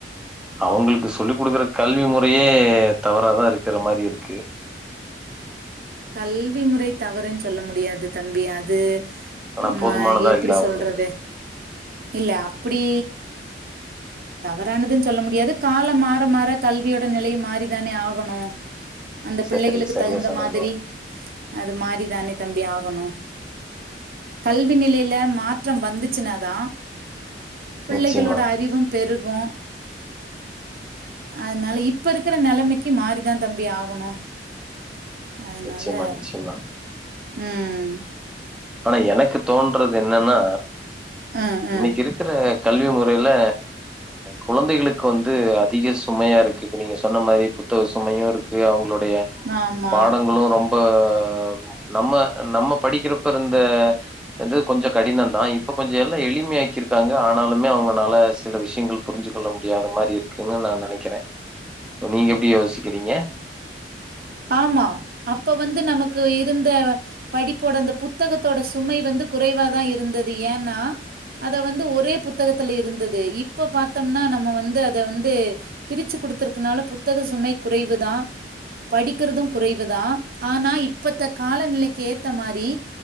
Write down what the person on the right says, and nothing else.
கல்வி முறை தவறுன் சொல்ல முடியாது தம்பி அது அது
ம எப்டி
சொல்றது இல்ல அப்டி தவறானதுன் சொல்ல முடியாது கால மாற மாற கல்வியோட நெலையு மாறிதானே ஆகணு அந்த
பிள்ளைகளுக்கு
தகுந்த
மாதிரி அது மாரிதானே தம்பி ஆகணு கல்வி நிலைல மாற்றம் வந்துச்சுனாதா பிள்ளைகளோட
அறிவும் பெரு கு அதனால இப்ப இருக்ற நெலமைக்கு மாறிதான் தம்பி ஆகணு அதனால
ம்
ம்,
ம்.
ஆமா
ஆமா அப்ப வந்து நமக்கு இருந்த படிப்போட அந்த புத்தகத்தோட சுமை வந்து குறைவா தா இருந்தது ஏன்னா அத வந்து ஒரே புத்தகத்துல இருந்தது இப்ப பாத்தம்னா நம்ம வந்து அத வந்து பிரிச்சு குடுத்திருக்குனால புத்தக சுமை குறைவுதா படிக்கறது குறைவுதா ஆனா இப்பத்த காலநிலைக்கு ஏத்த மாரி